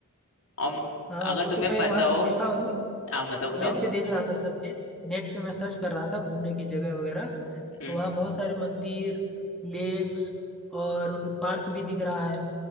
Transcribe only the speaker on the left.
और
अगर
तुम्हें
पता
हो
हाँ बताओ बताओ
हम्म